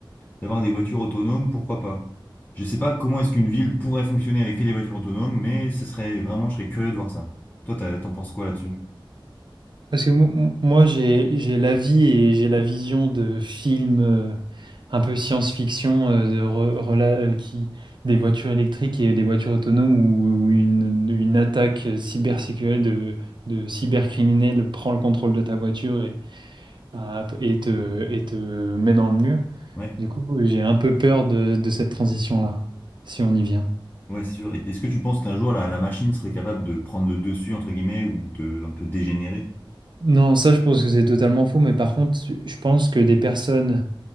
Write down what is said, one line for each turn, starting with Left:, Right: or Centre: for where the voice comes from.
Left: d'avoir des voitures autonomes, pourquoi pas? Je sais pas comment est-ce qu'une ville pourrait fonctionner avec que des voitures autonomes, mais ce serait vraiment, je serais curieux de voir ça. Toi, t'as- t'en penses quoi là-dessus?
Right: Parce que mo- mo- moi, j'ai, j'ai la vie et j'ai la vision de films euh, un peu science-fiction euh, de re- rela- euh, qui, des voitures électriques et des voitures autonomes où, où une, une attaque cybersécurité de, de cybercriminel prend le contrôle de ta voiture et, ah, et te, et te met dans le mur.
Left: Ouais,
Right: Du coup, j'ai un peu peur de, de cette transition-là, si on y vient.
Left: ouais, c'est sûr. Et Est-ce que tu penses qu'un jour la, la machine serait capable de prendre le dessus entre guillemets ou de un peu dégénérer?
Right: Non, ça, je pense que c'est totalement faux, mais par contre, je pense que des personnes